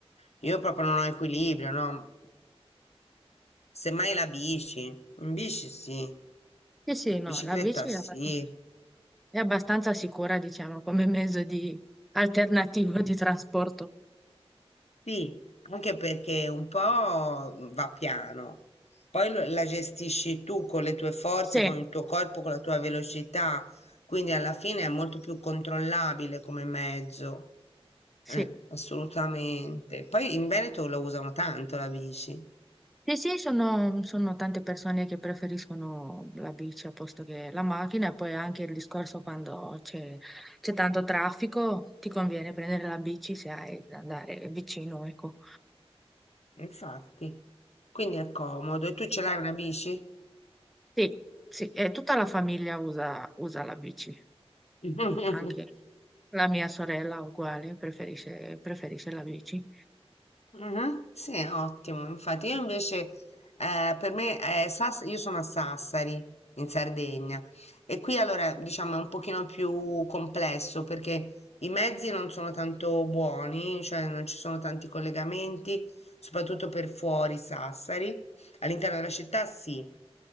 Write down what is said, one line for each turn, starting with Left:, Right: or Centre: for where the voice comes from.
Left: Io proprio non ho equilibrio, no. Semmai la bici, in bici sì,
Centre: Sì, sì, no,
Left: bicicletta
Centre: la bici è
Left: sì.
Centre: abbastanza, è abbastanza sicura, diciamo, come mezzo di alternativo di trasporto.
Left: Sì, anche perché un po' va piano, poi lo- la gestisci tu con le tue forze,
Centre: Sì,
Left: con il tuo corpo, con la tua velocità, quindi alla fine è molto più controllabile come mezzo,
Centre: sì.
Left: Eh, assolutamente. Poi in Veneto lo usano tanto la bici,
Centre: Sì, sì, sono, sono tante persone che preferiscono la bici a posto che la macchina e poi anche il discorso quando c'è c'è tanto traffico, ti conviene prendere la bici se hai da andare vicino, ecco.
Left: infatti, quindi è comodo. E tu ce l'hai una bici?
Centre: Sì, sì, e tutta la famiglia usa, usa la bici,
Left: <laughs>
Centre: anche la mia sorella uguale, preferisce, preferisce la bici.
Left: Mhm, Sì, ottimo. Infatti, io invece, eh, per me, eh, Sass- io sono a Sassari, in Sardegna, e qui allora diciamo è un pochino più complesso perché i mezzi non sono tanto buoni, cioè non ci sono tanti collegamenti, soprattutto per fuori Sassari. All'interno della città sì.